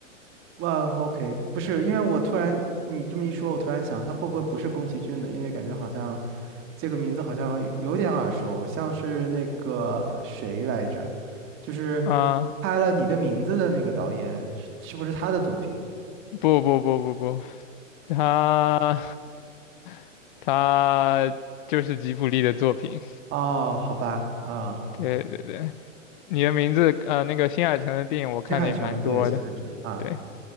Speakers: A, on the right; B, on the left.
A: 万 OK，不是，因为我突然你这么一说，我突然想，他会不会不是宫崎骏的？因为感觉好像这个名字好像有点耳熟，像是那个谁来着，就是
B: 啊、
A: 拍了《你的名字》的那个导演，是是不是他的作品？
B: 不不不不不，他 <laughs> 他就是吉卜力的作品。
A: 哦，好吧，啊，
B: 对对对，你的名字呃，那个新海诚的电影我看的也蛮多的。
A: 新海诚，对，新海诚啊，
B: 对，